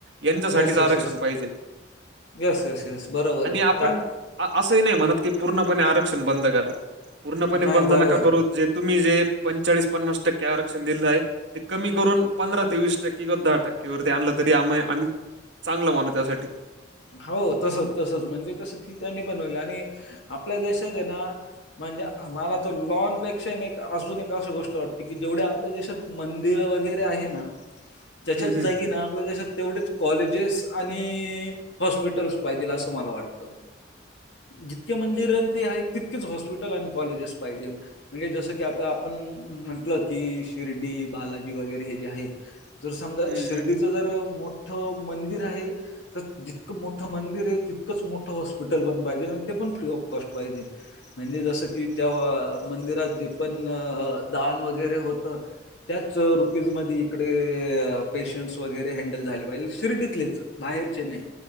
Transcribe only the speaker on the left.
येस
येस येस
येस येस येस बरोबर
कार
नाही
बरोबर
आहे.
हो, तसंच, तसंच म्हणजे कसं की त्यांनी बनवलं आणि आपल्या देशात आहे ना म्हणजे मला तर अजून एक अशी गोष्ट वाटते की जेवढ्या आपल्या देशात... मंदिरं वगैरे आहेत ना त्याच्याच
जागी आहे ना आपल्या देशात तेवढेच कॉलेजेस आणि... हॉस्पिटल्स पाहिजेत असं मला वाटतं.. जितकी मंदिरं आहेत तितकीच हॉस्पिटल्स आणि कॉलेजेस पाहिजेत. म्हणजे जसं की आता आपण म्हणतो की शिर्डी, बालाजी वगैरे जे आहे. जर समजा
शिर्डीचं
जर मोठं मंदिर आहे. तर जितकं मोठं मंदिर आहे तितकंच मोठं हॉस्पिटल पण पाहिजे आणि ते पण फ्री ऑफ कॉस्ट पाहिजे.. म्हणजे जसं की त्या मंदिरात जे पण दान वगैरे होतं. त्याच रुपयांमध्ये इकडे पेशंट्स वगैरे हँडल झाले पाहिजेत, शिर्डीतलेच बाहेरचे नाही.